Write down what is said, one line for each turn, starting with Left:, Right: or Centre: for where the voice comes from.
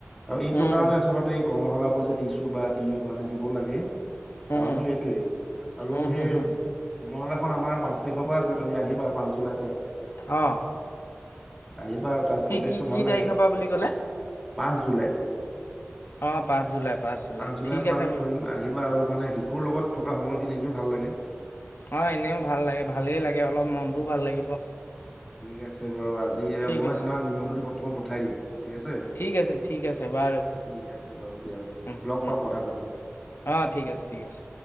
Centre: আৰু এইটো
Left: উম,
Centre: কাৰণে আচলতে কৰ্মশালা বোৰ যে দিছো বা দি মানে দিব লাগে।
Left: উম,
Centre: কাৰণটো এইটোৱে আৰু
Left: উম,
Centre: সেই
Left: হুম, হুম,
Centre: কমশালা খন আমাৰ পাঁচ তাৰিখৰ পৰা আছে তুমি আহিবা পাঁচ জুলাইৰ পৰা
Left: অ'
Centre: আহিবা। তাত পৰিৱেশটো
Left: কি-কি-
Centre: ভাল
Left: কি
Centre: লাগে
Left: তাৰিখৰ পৰা বুলি ক'লে
Centre: পাঁচ জুলাই।
Left: অঁ পাঁচ জুলাই জুলাই
Centre: পাঁচ জুলাইৰ
Left: ঠিক
Centre: পৰা
Left: আছে
Centre: আমি কৰিম আহিবা আৰু মানে শিশুৰ লগত থকা সময়খিনি এনেও ভাল লাগে।
Left: অ' এনেও ভাল লাগে, ভালেই লাগে অলপ মনটোও ভাল লাগিব।
Centre: ঠিক আছে বাৰু আজি। যি
Left: ঠিক
Centre: মই
Left: আছে
Centre: তোমাক নিমন্ত্ৰণি পত্ৰ। তোমাক পঠাই দিম। ঠিক আছে
Left: ঠিক আছে, ঠিক আছে বাৰু
Centre: ঠিক আছে বাৰু দিয়া।
Left: উম-উম
Centre: লগ পাম কথা পাতিম।
Left: অ' ঠিক আছে ঠিক আছে।